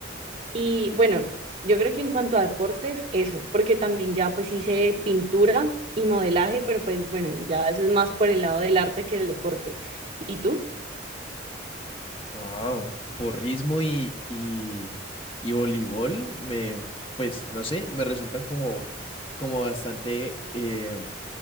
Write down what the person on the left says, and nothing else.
Wow, porrismo y, y, y voleibol me, pues no sé, me resultan como, como bastante eh,